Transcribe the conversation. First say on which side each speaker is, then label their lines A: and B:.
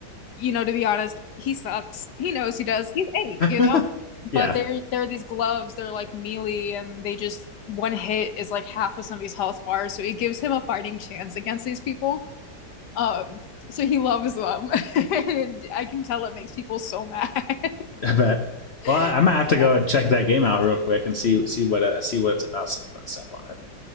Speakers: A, on the left; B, on the left.
A: you know, to be honest, he sucks. He knows he does. He's eight,
B: sometimes.
A: you know?
B: <laughs> yeah,
A: But there there are these gloves, they're like melee and they just one hit is like half of somebody's health bar, so it gives him a fighting chance against these people. Um, so he loves them. <laughs> And I can tell it makes people so mad.
B: I bet.
A: <laughs>
B: Well, I, I might have to go and check that game out real quick and see see what uh, see what it's about. Some fun stuff on it.